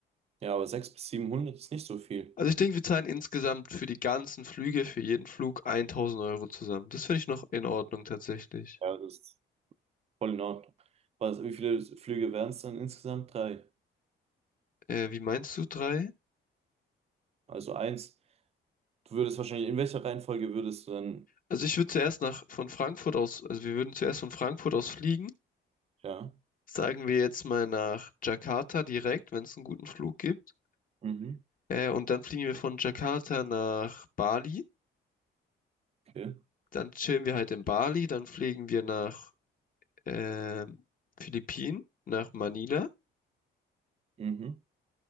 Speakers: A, on the right (about 30°); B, on the left (about 45°).
A: Ja, aber 600 bis 700 ist nicht so viel.
B: Also ich denke, wir zahlen insgesamt für die ganzen Flüge, für jeden Flug 1000 Euro zusammen. Das finde ich noch in Ordnung tatsächlich.
A: Ja, das Voll in Ordnung. Was, wie viele Flüge wären es dann insgesamt? Drei.
B: Äh, wie meinst du drei?
A: Also eins. Du würdest wahrscheinlich, in welcher Reihenfolge würdest du dann,
B: Also ich würde zuerst nach von Frankfurt aus, also wir würden zuerst von Frankfurt aus fliegen.
A: ja,
B: Sagen wir jetzt mal nach Jakarta direkt, wenn es einen guten Flug gibt.
A: mhm,
B: Äh, und dann fliegen wir von Jakarta nach Bali.
A: okay,
B: Dann chillen wir halt in Bali. Dann fliegen wir nach ähm, Philippinen, nach Manila.
A: mhm.